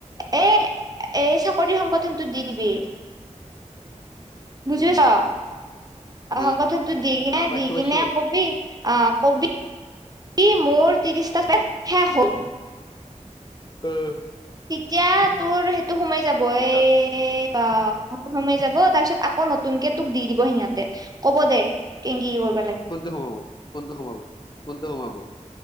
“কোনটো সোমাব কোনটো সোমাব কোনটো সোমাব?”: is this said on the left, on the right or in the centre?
Left